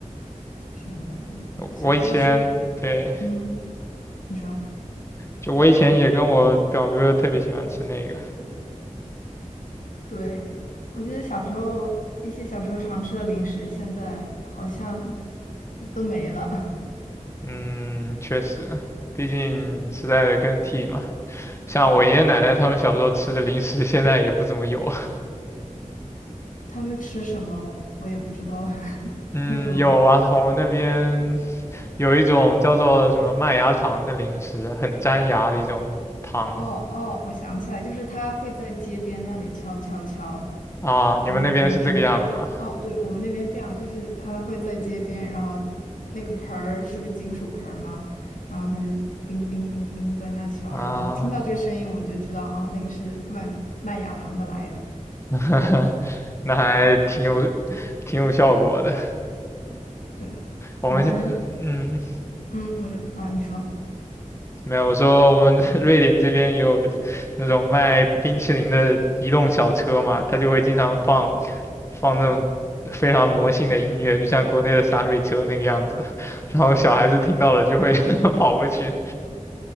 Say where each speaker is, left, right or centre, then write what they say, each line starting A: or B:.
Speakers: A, on the left (about 90°); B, on the left (about 20°).
A: 是的，嗯小时候吃
B: 我我以前对，
A: 嗯，你说，
B: 就我以前也跟我表哥特别喜欢吃那个。
A: 对。我记得小时候一些小时候常吃的零食，现在好像都都没了。<laughs>
B: 嗯，确实，毕竟时代的更替嘛，像我爷爷奶奶他们小时候吃的零食，现在也不怎么有。<laughs>
A: 他们吃什么我也不知道，<laughs>
B: 嗯，
A: 那种
B: 有啊，我们那边有一种叫做什么麦芽糖的零食，很粘牙的一种糖
A: 哦哦，我想起来，就是他会在街边那里敲敲敲，
B: 啊。你们那边是这个样子吗？
A: 叮叮叮。哦，对，我们那边是这样，就是他会在街边，然后那个盆儿是个金属盆儿嘛，然后他就叮叮叮叮在那敲，
B: 啊，
A: 然后听到这个声音我们就知道，哦，那个是卖麦芽糖的来了。
B: <laughs> 那还挺有挺有效果的。
A: 对，
B: 我们是，
A: 我们，
B: 嗯，
A: 嗯，我说啊，你说，
B: 没有，我说我们 <laughs> 瑞典这边有那种卖冰淇淋的移动小车嘛，他就会经常放放那种非常魔性的音乐，就像国内的洒水车那个样子，<laughs> 然后小孩子听到了就会 <laughs> 跑过去。